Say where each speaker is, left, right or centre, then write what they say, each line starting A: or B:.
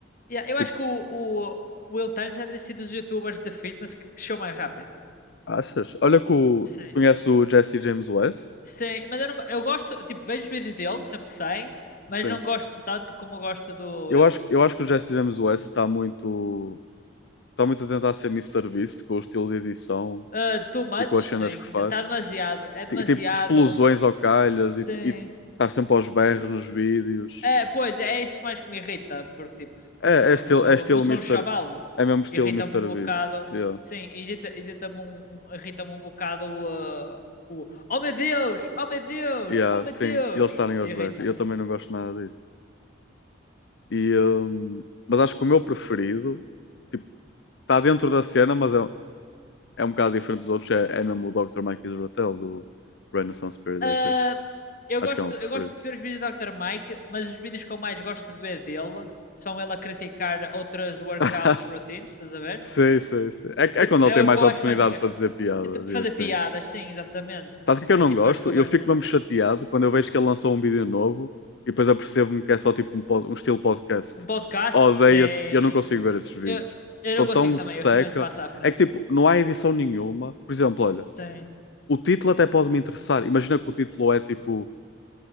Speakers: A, on the left (about 45°); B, on the left (about 60°).
A: Yeah, eu
B: Tipo,
A: acho que o, o o Will Tennyson deve ter sido dos youtubers de fitness que cresceu mais rápido.
B: achas? Olha que o,
A: Sim.
B: conhece o Jesse James West?
A: Sim, mas eu, não, go- eu gosto, tipo, vejo os vídeos dele sempre que saem, mas
B: Sim.
A: não gosto tanto como gosto do
B: Eu
A: Will.
B: acho, eu acho que o Jesse James West está muito, está muito a tentar ser Mr. Beast com o estilo de edição
A: Ah, too much,
B: e com
A: sim.
B: as cenas que faz.
A: Está demasiado. É
B: Sim,
A: demasiado.
B: tipo, explosões ao calhas
A: Sim.
B: e, e estar sempre aos berros nos vídeos.
A: É, pois, é isso mais que me irrita, porque tipo, não
B: É,
A: sou,
B: é estilo,
A: não sou,
B: é estilo
A: não sou
B: Mister
A: um chavalo.
B: É mesmo estilo
A: Irrita-me
B: Mister
A: um bocado.
B: Beast. Yeah.
A: Sim, irrita, irrita-me um, um- irrita-me um bocado ah, o Oh meu Deus! Oh meu Deus!
B: Yeah,
A: Oh meu
B: sim,
A: Deus!
B: e eles estarem aos
A: Irrita-me.
B: berros. Eu também não gosto nada disso. E, hum, mas acho que o meu preferido, tipo, está dentro da cena, mas é, é um bocado diferente dos outros. É, é mesmo o Dr. Mike Israel do Renaissance Paradise.
A: Ah, eu
B: Acho
A: gosto,
B: que é o meu preferido.
A: eu gosto muito de ver os vídeos do Dr. Mike, mas os vídeos que eu mais gosto de ver dele são ele a criticar outras workouts
B: <laughs>
A: routines, estás a ver?
B: Sim, sim, sim. É,
A: Tipo,
B: é quando
A: é
B: ele tem
A: o
B: mais
A: que eu
B: oportunidade
A: acho mais engraçado.
B: para dizer piadas
A: De
B: e
A: fazer
B: assim.
A: piadas, sim, exatamente.
B: Sabes o que é que
A: É
B: eu não
A: tipo,
B: gosto?
A: eu acho que eu
B: Eu
A: gosto
B: fico
A: mais.
B: mesmo chateado quando eu vejo que ele lançou um vídeo novo e depois apercebo-me que é só tipo um, pod- um estilo podcast.
A: Um podcast,
B: Odeio
A: sim.
B: esse, eu não consigo ver esses vídeos.
A: Eu, eu
B: São
A: não consigo
B: tão
A: também,
B: seca.
A: eu simplesmente passo à frente.
B: É que tipo, não há edição nenhuma. Por exemplo, olha,
A: Sim,
B: o título até pode me interessar. Imagina que o título é tipo